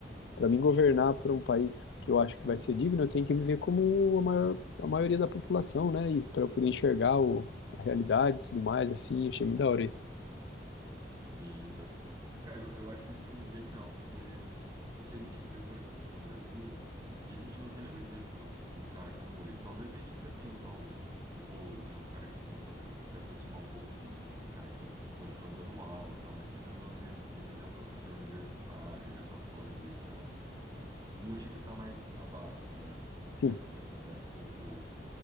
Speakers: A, on the left (about 85°); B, on the right (about 20°).
A: para mim governar para um país que eu acho que vai ser digno, eu tenho que viver como a maior, a maioria da população, né? E para eu poder enxergar o, a realidade e tudo mais, assim, achei muito da hora isso.
B: Sim, exato. Cara, eu, eu acho isso genial, porque o que a gente vê, por exemplo, no Brasil, e a gente não tem nenhum exemplo de um cara como ele. Talvez a gente até tenha, sei lá, o, o Boulos, é um cara que tenta apro- se aproximar um pouco disso, né? é Um cara que continua dando aula, e tal, mas querendo ou não, ele, é- ele ainda é um professor universitário, já tá fora dessa. O Mujica tá mais abaixo, né?
A: Sim,
B: Nessa proximidade com o povo.